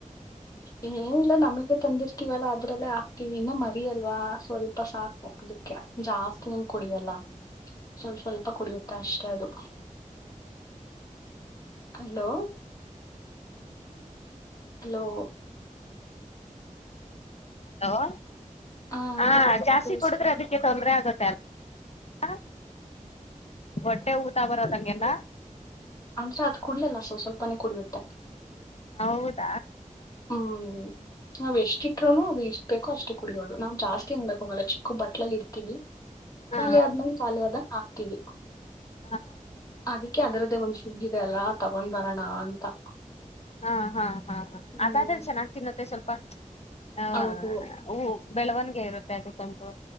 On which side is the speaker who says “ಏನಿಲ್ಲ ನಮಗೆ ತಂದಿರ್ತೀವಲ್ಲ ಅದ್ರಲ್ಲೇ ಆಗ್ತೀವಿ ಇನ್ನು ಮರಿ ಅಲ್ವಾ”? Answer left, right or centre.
Left